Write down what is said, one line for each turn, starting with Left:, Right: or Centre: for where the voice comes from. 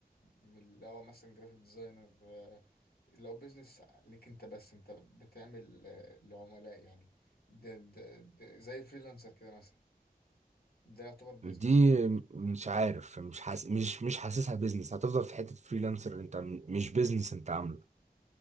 Left: من اللي هو مثلا جرافيك ديزاينر اه، اللي هو بيزنس ليك انت بس انت بتعمل اه، لعملاء يعني ده ده ده زي فريلانسر كده مثلا ده يعتبر بيزنس
Right: دي مش عارف مش حاس... مش مش حاسسها بيزنس هتفضل في حتة فريلانسر انت م- مش بيزنس انت عامله